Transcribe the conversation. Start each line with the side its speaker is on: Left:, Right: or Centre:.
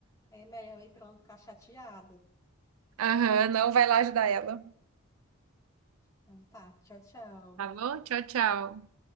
Left: É melhor ir pra não ficar chateada.
Right: Aham, não vai lá ajudar ela.
Left: Então tá, tchau, tchau.
Right: Tá bom? Tchau, tchau.